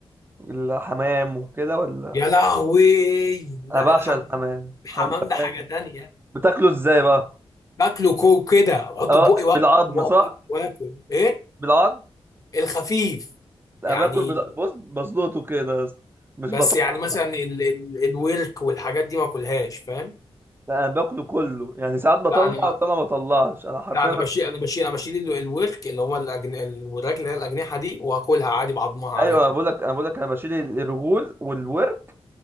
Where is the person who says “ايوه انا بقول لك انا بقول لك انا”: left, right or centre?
Right